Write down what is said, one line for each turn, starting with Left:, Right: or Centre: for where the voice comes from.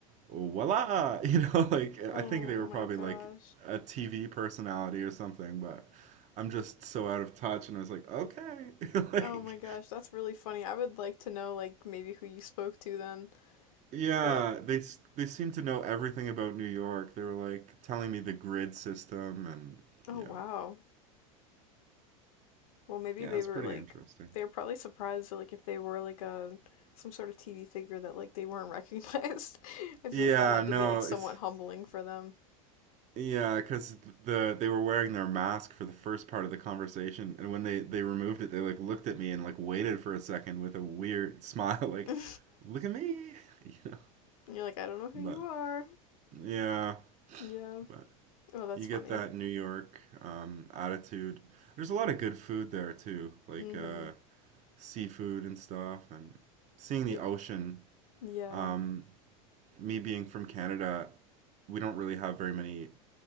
Right: voila, you know, <laughs> like I
Left: Oh
Right: think they were
Left: my
Right: probably
Left: gosh.
Right: like a TV personality or something, but I'm just so out of touch. And I was like, okay, <laughs> like,
Left: Oh my gosh, that's really funny. I would like to know like maybe who you spoke to then.
Right: yeah,
Left: But
Right: they s- they seem to know everything about New York. They were like telling me the grid system and
Left: oh
Right: yeah,
Left: wow. Well, maybe
Right: yeah,
Left: they
Right: it's
Left: were
Right: pretty
Left: like
Right: interesting.
Left: they were probably surprised that, like if they were like a some sort of TV figure that like they weren't recognized. <laughs> I feel
Right: Yeah,
Left: like that had
Right: no,
Left: to be like somewhat
Right: it's
Left: humbling for them.
Right: yeah, cause the they were wearing their mask for the first part of the conversation, and when they they removed it, they like looked at me and like waited for a second with a weird smile, <laughs> like,
Left: <laughs> You're
Right: "Look at me," <laughs> you know.
Left: like, I don't know who
Right: But
Left: you are.
Right: yeah,
Left: Yeah.
Right: but
Left: Oh, that's
Right: you get
Left: funny.
Right: that New York um attitude. There's a lot of good food there too, like
Left: Mm-hmm.
Right: uh seafood and stuff, and seeing
Left: Did
Right: the ocean.
Left: yeah.
Right: Um, me being from Canada, we don't really have very many